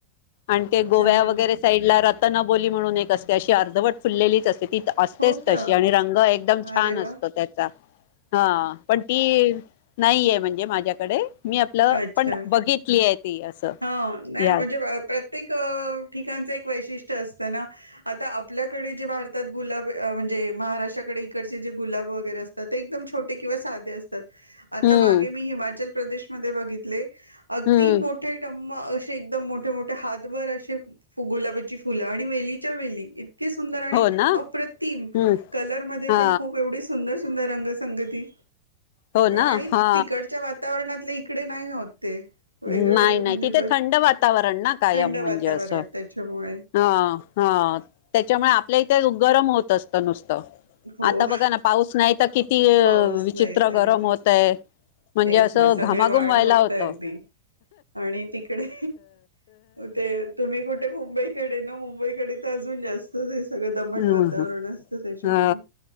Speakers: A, on the left (about 50°); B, on the right (about 85°).
A: आणि ते गोव्या
B: छान
A: वगैरे साईड ला रतन जबोली म्हणून एक असते अशी अर्धवट फुललेलीच असते ती असतेच
B: हो
A: तशी
B: का
A: आणि रंग एकदम छान
B: अरे
A: असतो,
B: वा
A: त्याचा हा पण ती नाहीये म्हणजे माझ्याकडे मी आपलं
B: अच्छा
A: पण बघितली आहे ती असं
B: हा नाही
A: या
B: म्हणजे प्रत्येक ठिकाणचं एक वैशिष्ट्य असतं ना आता आपल्याकडे जे भारतात गुलाब म्हणजे महाराष्ट्राकडे इकडचे जे गुलाब वगैरे असतात, ते एकदम छोटे किंवा साधे अस तात
A: हम्म
B: मागे मी हिमाचल प्रदेशमध्ये बघितले अगदी
A: हम्म
B: मोठ टंम असे एकदम मोठे मोठे हातभर असे गुलाबाची फुलं आणि वेलीच्या वेली ई इतके सुंदर आणि
A: हो ना
B: अप्रतिम
A: हम्म
B: कलर मध्ये
A: हा
B: पण खूप एवढी सुंदर सु सुंदर रंग संगती
A: हो ना
B: आणि
A: हा
B: तिकडच्या वातावरणात आपल्या इकडे नाही होत. ते वेगळे
A: नाही
B: म्हणजे
A: नाही तिथे
B: ब
A: थंड वातावरण ना कायम
B: थंड
A: म्हणजे
B: वातावरण
A: असं
B: त्याच्यामुळे
A: हा. हा त्याच्यामुळे आपल्या इथे गरम होत असतं नुसतं
B: हो
A: आता बघा ना पाऊस नाही तर किती
B: पाऊस
A: विचित्र
B: नाही तरी
A: गरम होतय. म्हणजे
B: तेच
A: असं
B: ना सगळे
A: घामाघूम
B: वाट
A: व्हायला
B: बघता
A: होतं
B: अगदी आणि तिकडे ते तुम्ही कुठे मुंबई मुंबईकडे तर अजून जास्त सगळं दमट
A: ह
B: वातावरण
A: ह
B: असतं त्याच्यामुळे
A: ह